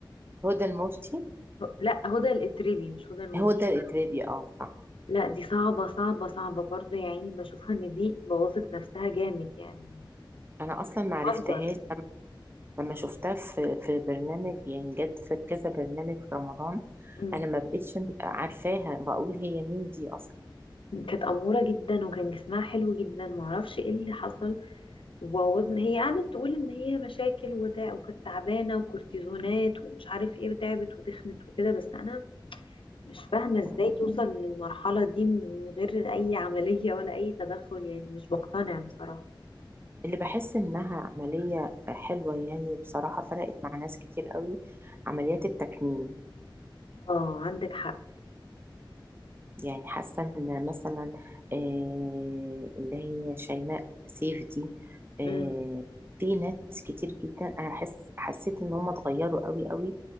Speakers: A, on the right; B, on the left.
A: هدى المفتي
B: لا هدى الاتربي مش هدى المفتي
A: هو ده الإتربي اه صح
B: لا دي صعبة صعبة صعبة برضو يا عيني بشوفها ان دي بوظت نفسها جامد يعني
A: انا اصلا ما عرفتهاش
B: منظر
A: لما لما شفتها في في برنامج يعني جت في كذا برنامج في رمضان
B: مم.
A: انا ما بقتش عارفاها بقول هي مين دي اصلا
B: كانت أمورة جدا وكان جسمها حلو جدا معرفش ايه اللي حصل وبوظنا هي قعدت تقول ان هي مشاكل وده وكانت تعبانة وكورتيزونات ومش عارف ايه وتعبت وتخنت وكده بس انا مش فاهمة ازاي
A: مم.
B: توصل للمرحلة دي من غير اي عملية ولا اي تدخل يعني مش بقتنع بصراحة
A: اللي بحس انها عملية حلوة يعني وبصراحة فرقت مع ناس كتير قوي عمليات التكميم
B: اه عندك حق
A: يعني حاسة ان مثلا آه، اللي هي شيماء سيف دي آه،
B: مم.
A: في ناس كتير جدا انا حس حسيت ان هم اتغيروا قوي قوي